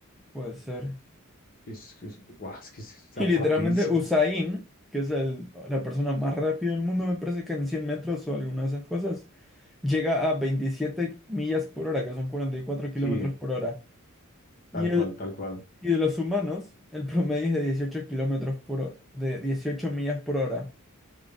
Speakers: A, in the centre; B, on the left.
A: Puede ser.
B: Que Es, que es, guau, es que es- está
A: Y
B: rapidísimo.
A: literalmente Usain, que es el- la persona más rápida del mundo, me parece que en 100 metros o alguna de esas cosas, llega a 27 millas por hora, que son cuarenta y cuatro kilómetros
B: Sí,
A: por hora.
B: tal
A: Y, el,
B: cual, tal cual.
A: y de los humanos, el promedio es de 18 kilómetros por, ho- de 18 millas por hora,